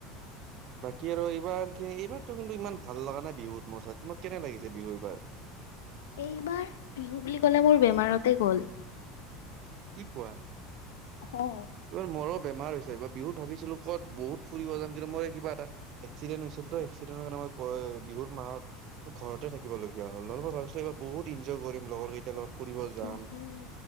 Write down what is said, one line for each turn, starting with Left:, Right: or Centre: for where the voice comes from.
Right: <inaudible> বাকী আৰু এইবাৰ কি এইবাৰো কিন্তু ইমান ভাল লগা নাই বিহুত মোৰ ছাই তোমাক কেনে লাগিছে বিহু এইবাৰ? <inaudible>
Left: এইবাৰ বিহু বুলি ক'লে মোৰ বেমাৰতে গল।
Right: কি কোৱা
Left: অ',
Right: এইবাৰ মৰম বেমাৰ হৈছে বিহুত ভাবিছিলো কত বহুত ফুৰিব যাম কিন্তু মই কিবা এটা এক্সিডেণ্টত হৈছিল ত এক্সিডেণ্টৰ কাৰণে বিহুৰ মাহত ঘৰতে থাকিব লগগীয়া হ'ল নব ভিছ এইবাৰ বহুত এনজয় কৰিম লগৰ কেইট লগত ফুৰিব যাম।
Left: উম,